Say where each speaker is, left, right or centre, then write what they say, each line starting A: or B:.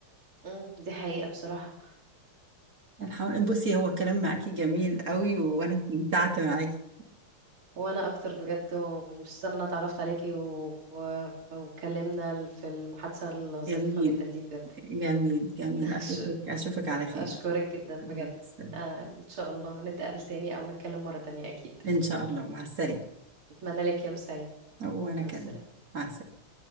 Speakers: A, on the right; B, on the right.
A: مم، دي حقيقة بصراحة
B: الحم... بصي هو الكلام معاكي جميل قوي وانا استمتعت معاكي
A: وانا اكتر بجد ومبسوطه ان انا اتعرفت عليكي و... و... واتكلمنا في المحادثه الظريفه
B: جميل
A: جدا دي بجد
B: جميل جميل
A: <laughs> أش-
B: اشوفك اشوفك على خير
A: اشكرك جدا
B: مع
A: بجد
B: السلامة.
A: آه، ان شاء الله نتقابل تاني او نتكلم مره تانية اكيد
B: ان شاء الله مع السلامة
A: اتمنى لك يوم سعيد
B: وانا
A: مع
B: كمان
A: السلامه
B: مع السلامة